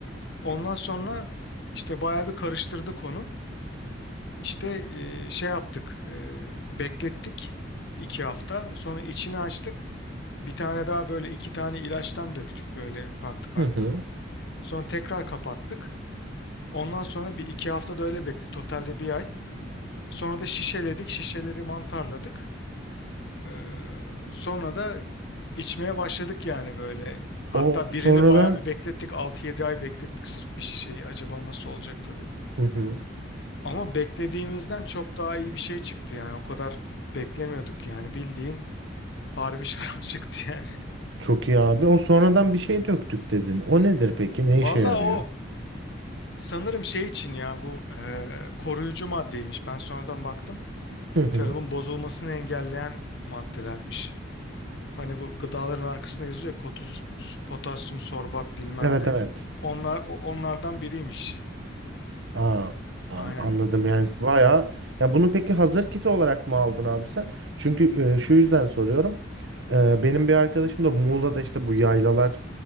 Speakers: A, on the left (about 60°); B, on the right (about 65°).
A: Ondan sonra işte bayağı bir karıştırdık onu. İşte e, şey yaptık, e, beklettik iki hafta. Sonra içini açtık. Bir tane daha böyle iki tane ilaçtan döktük böyle farklı farklı.
B: Hı hı.
A: Sonra tekrar kapattık. Ondan sonra bir iki hafta da öyle bekledik. Totalde bir ay. Sonra da şişeledik, şişeleri mantarladık. Ee, sonra da içmeye başladık yani böyle. Hatta
B: O
A: birini
B: sonradan
A: bayağı bir beklettik. altı yedi ay beklettik sırf bir şişeyi. Acaba nasıl olacak tadı.
B: hı hı.
A: Ama beklediğimizden çok daha iyi bir şey çıktı yani. O kadar beklemiyorduk yani. Bildiğin harbi <laughs> şarap çıktı yani.
B: Çok iyi abi. O sonradan bir şey döktük dedin. O nedir peki? Ne
A: Valla
B: işe yarıyor?
A: o sanırım şey için ya bu e, koruyucu maddeymiş. Ben sonradan baktım.
B: Hı hı.
A: Şarabın bozulmasını engelleyen maddelermiş. Hani bu gıdaların arkasında yazıyor ya kotus, potasyum sorbat bilmem
B: Evet
A: ne.
B: evet.
A: Onlar o- onlardan biriymiş.
B: Aa, aa,
A: Aynen.
B: anladım yani bayağı. Ya bunu peki hazır kit olarak mı aldın abi sen? Çünkü e, şu yüzden soruyorum. E, benim bir arkadaşım da Muğla'da işte bu yaylalar